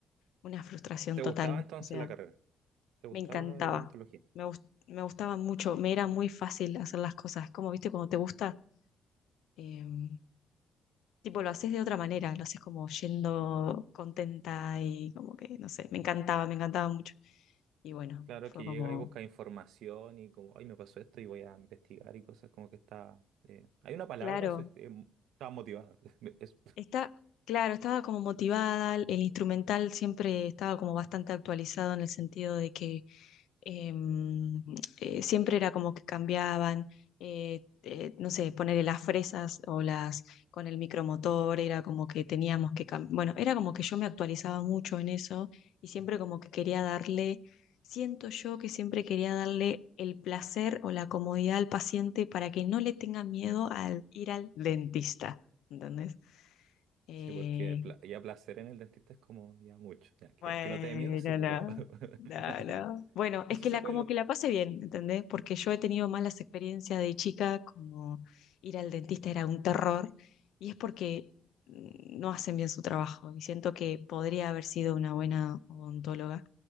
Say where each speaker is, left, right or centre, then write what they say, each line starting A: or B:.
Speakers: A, on the left (about 80°); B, on the right (about 85°).
A: una frustración
B: ¿Te
A: total,
B: gustaba
A: o
B: entonces
A: sea
B: la carrera? ¿Te gustaba
A: me encantaba.
B: la odontología?
A: Me, gus- me gustaba mucho, me
B: Mm.
A: era muy fácil hacer las cosas. Es como, viste, cuando te gusta, em, tipo, lo haces de otra manera, lo haces como yendo contenta y como que, no sé, me encantaba, me encantaba mucho. Y bueno,
B: Claro
A: fue
B: que llega
A: como,
B: y busca información y como, ay, me pasó esto y voy a investigar y cosas como que está... eh, Hay una palabra
A: claro,
B: para eso, es que mm, estaba motivada. <laughs> Eso.
A: está, claro, estaba como motivada, el instrumental siempre estaba como bastante actualizado en el sentido de que em, eh, siempre era como que cambiaban, eh, eh, no sé, ponerle las fresas o las con el micromotor, era como que teníamos que cambiar, bueno, era como que yo me actualizaba mucho en eso y siempre como que quería darle, siento yo que siempre quería darle el placer o la comodidad al paciente para que no le tenga miedo al ir al dentista, ¿entendés? Eh,
B: Sí, porque pla- ya placer en el dentista es como ya mucho. ya, que,
A: Bueno,
B: que no te dé miedo, sí, pero
A: no,
B: <laughs>
A: no, no. Bueno, es
B: eso
A: que
B: se
A: la
B: puede
A: como
B: lograr.
A: que la pasé bien, ¿entendés? Porque yo he tenido malas experiencias de chica, como ir al dentista era un terror, y es porque mm, no hacen bien su trabajo, y siento que podría haber sido una buena odontóloga,